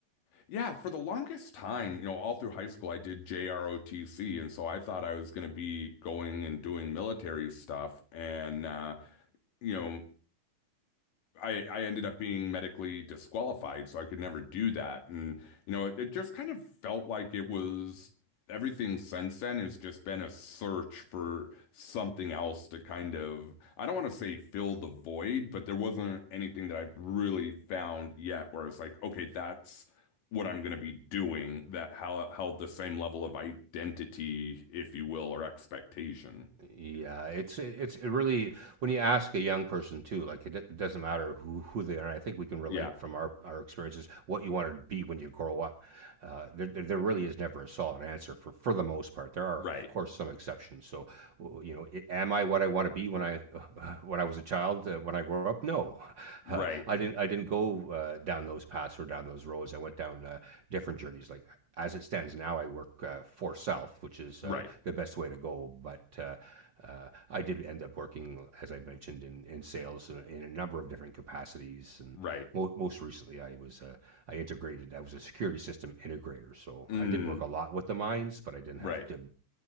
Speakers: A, on the left; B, on the right.
A: yeah, for the longest time, you know, all through high school, I did JROTC, and so I thought I was going to be going and doing military stuff. And uh, you know, I, I ended up being medically disqualified, so I could never do that. And, you know, it, it just kind of felt like it was everything since then has just been a search for something else to kind of, I don't want to say fill the void, but there wasn't anything that I've really found yet where it's like, okay, that's what I'm going to be doing that held, held the same level of identity, if you will, or expectation.
B: Yeah, it's it's it really when you ask a young person too, like it, it doesn't matter who, who they are. I think we can relate
A: Yeah.
B: from our, our experiences what you want to be when you grow up. Uh, there, there really is never a solid answer for, for the most part. There are
A: Right.
B: of course some exceptions. So you know, am I what I want to be when I <laughs> uh, when I was a child? Uh, when I grew up, no, <laughs>
A: Right.
B: uh, I didn't I didn't go uh, down those paths or down those roads. I went down uh, different journeys. Like as it stands now, I work uh, for self, which is
A: Right.
B: uh, the best way to go. But uh, uh, I did end up working, as I mentioned, in, in sales in, in a number of different capacities, and
A: Right.
B: mo- most recently, I was uh, I integrated. I was a security system integrator, so
A: Mm,
B: I did work a lot with the mines, but I didn't
A: right.
B: have to